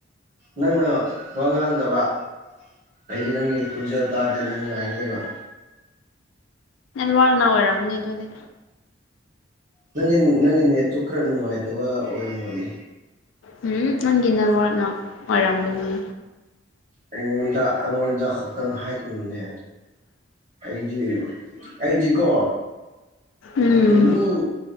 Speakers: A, on the right; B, on the left.
A: ꯅꯪꯅ ꯋꯥ ꯉꯥꯡꯗꯕ ꯑꯩꯗꯤ ꯅꯪꯒꯤ ꯈꯣꯟꯖꯦꯜ ꯇꯥꯗꯦ ꯅꯪ ꯉꯥꯏꯔꯒ ꯂꯩꯕ꯫
B: ꯋꯥꯂꯅꯦꯠꯅ ꯑꯣꯏꯔꯝꯃꯅꯦ ꯑꯗꯨꯅꯤ꯫
A: ꯅꯪꯒꯤ ꯅꯪꯒꯤ ꯅꯦꯠꯁꯨ ꯈꯔ ꯅꯨꯡꯉꯥꯏꯇꯕ ꯑꯣꯏꯔꯝꯒꯅꯤ
B: ꯎꯝ ꯅꯪꯒꯤ ꯅꯕꯣꯔꯅ ꯑꯣꯏꯔꯝꯒꯅꯤ
A: ꯑꯩꯉꯣꯟꯗ ꯑꯩꯉꯣꯟꯗ ꯈꯛꯇꯪ ꯍꯥꯏꯒꯅꯨꯅꯦ꯫ ꯑꯩꯗꯤ ꯑꯩꯗꯤꯀꯣ꯫
B: ꯎꯝ
A: ꯑꯗꯨ ꯃꯤ